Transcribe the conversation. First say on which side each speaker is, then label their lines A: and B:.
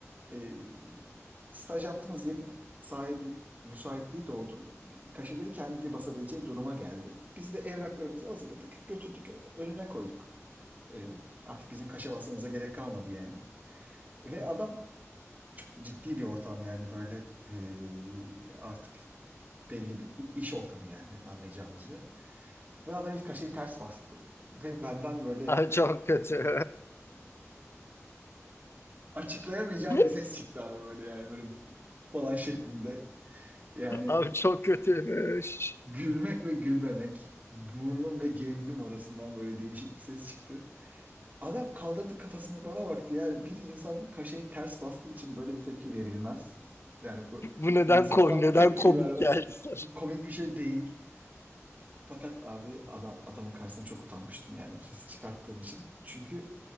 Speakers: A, on the right; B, on the left.
A: e, staj yaptığımız yerin sahibi müsaitliği doğdu. Kaşeleri kendi basabileceği duruma geldi. Biz de evraklarımızı hazırladık, götürdük, ö- önüne koyduk. E, artık bizim kaşe basmamıza gerek kalmadı yani. Ve adam çok da ciddi bir ortam yani böyle e, artık belli bir i- iş ortamı yani anlayacağınız üzere. Ve adam ilk kaşeyi ters bastı. Ve benden böyle
B: <laughs> Çok kötü.
A: açıklayamayacağım
B: <laughs>
A: bir ses çıktı abi böyle yani böyle <laughs> falan şeklinde. Yani e,
B: Abi çok kötüymüş.
A: gülmek ve gülmemek burnum ve genzim arasından böyle değişik bir ses çıktı. Adam kaldırdı kafasını bana baktı. Yani bir insan kaşeyi ters bastığı için böyle bir tepki verilmez. Yani bu
B: Bu neden
A: insan
B: ko
A: olan
B: neden
A: bu tepkiyi
B: komik
A: vermez.
B: geldi sana?
A: Bu komik bir şey değil. Fakat abi adam adamın karşısına çok utanmıştım yani bu sesi çıkarttığım için. Çünkü